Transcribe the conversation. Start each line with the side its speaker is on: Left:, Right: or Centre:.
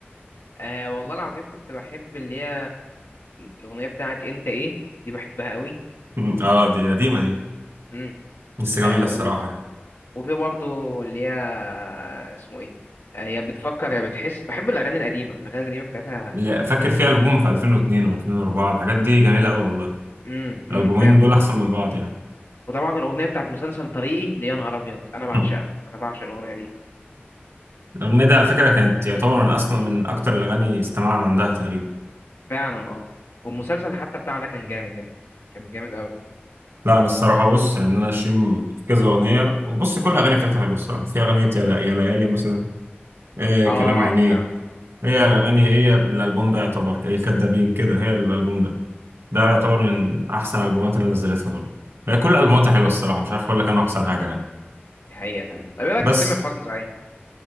Left: آه والله العظيم كنت بحب اللي هي الأغنية بتاعت أنت إيه دي بحبها أوي
Right: مم. اه دي قديمه دي
Left: امم
Right: بس جميله
Left: آه
Right: الصراحه
Left: و-
Right: يعني.
Left: وفي برضه اللي هي اسمه إيه آه، يا بتفكر يا بتحس بحب الأغاني القديمة الأغاني القديمة بتاعتها
Right: لا، فاكر في ألبوم في 2002 و2004 الحاجات دي جميلة أوي والله
Left: امم امم
Right: الألبومين
Left: فعلا
Right: دول أحسن من بعض يعني
Left: وطبعا الاغنيه بتاعت مسلسل طريقي دي يا نهار ابيض انا بعشقها
Right: <laughs>
Left: انا بعشق الاغنيه دي
Right: الأغنية دي على فكرة كانت يعتبر من أصلا من أكتر الأغاني استماعا عندها تقريبا
Left: فعلا اه والمسلسل حتى بتاعها ده كان جامد يعني كان جامد قوي
Right: لا أنا الصراحة بص يعني أنا شيم كذا أغنية وبص كل الأغاني بتاعتها حلوة الصراحة في أغنية يا يا ليالي مثلا إيه
Left: اه
Right: كلام عينيه
Left: فعلا
Right: هي
Left: امم
Right: الأغاني هي الألبوم ده يعتبر الكدابين كده هي الألبوم ده ده
Left: امم
Right: يعتبر من أحسن الألبومات اللي نزلتها برضه هي كل ألبوماتها حلوة الصراحة مش عارف أقول لك أنا أحسن حاجة يعني
Left: دي حقيقه فعلا طب ايه رايك
Right: بس
Left: في تامر حسني صحيح